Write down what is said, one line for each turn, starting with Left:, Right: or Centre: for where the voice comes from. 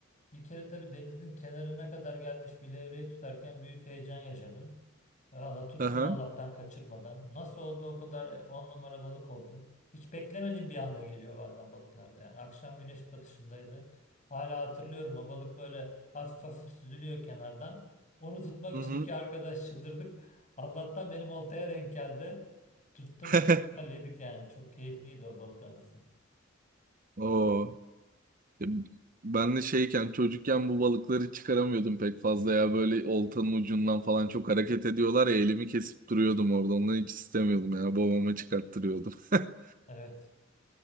Left: bir kere tabii denizin kenarına kadar gelmiş bir levreyi tutarken büyük heyecan yaşadım. Valla tuttum
Right: Aha.
Left: Allah'tan kaçırmadan. Nasıl oldu o kadar e, on numara balık oldu. Hiç beklemediğim bir anda geliyor bazen balıklarda yani. Akşam güneş batışındaydı. Hala hatırlıyorum o balık böyle hafif hafif süzülüyor kenardan. Onu tutmak
Right: Hı
Left: için
Right: hı.
Left: iki arkadaş çıldırdık. Allah'tan benim oltaya denk geldi. Tuttum
Right: <laughs>
Left: çok güzel yedik yani. Çok keyifliydi o balık anısı.
Right: Oo. E, Ben de şeyken çocukken bu balıkları çıkaramıyordum pek fazla ya böyle oltanın ucundan falan çok hareket ediyorlar ya elimi kesip duruyordum orada ondan hiç istemiyordum ya babama çıkarttırıyordum. <laughs>
Left: Evet